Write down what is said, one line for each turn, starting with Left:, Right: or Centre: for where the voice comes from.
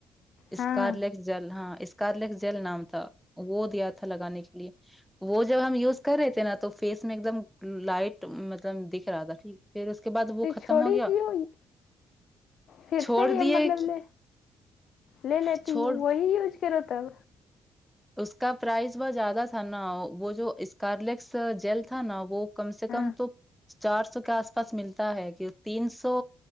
Centre: اسکارلیکس
Left: ہاں
Centre: جل ہاں اسکارلیکس جل نام تھا وہ دیا تھا لگانے کے لیے وہ جب ہم یوز کر رہے تھے نا تو فیس میں ایک دم لائٹ مطلب دکھ رہا تھا ٹھیک پھر اس کے بعد وہ
Left: تو
Centre: ختم
Left: چھوڑی
Centre: ہو گیا
Left: کیوں پھر
Centre: چھوڑ
Left: سے یہ
Centre: دیے
Left: مطلب لے لے لیتی
Centre: چھوڑ
Left: وہی یوج کرو تب
Centre: اس کا پرائز بہت زیادہ تھا نا وہ جو اسکارلیکس جیل تھا نا وہ کم سے
Left: ہاں
Centre: کم تو چار سو کے آس پاس ملتا ہے کہ تین سو